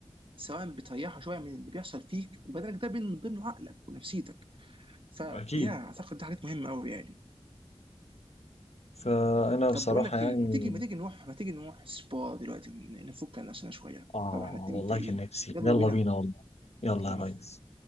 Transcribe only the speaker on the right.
سواء بتريحه شويه من اللي بيحصل فيك وبدنك ده من ضمنه عقلك ونفسيتك فيا
اعتقد ده حاجات مهمه قوي يعني
طب بقول لك
ايه ما تيجي ما تيجي نروح ما تيجي نروح سبا دلوقتي نفك عن نفسنا شويه
طبعا احنا اتنين
متضايقين
يلا
بينا
يلا
بينا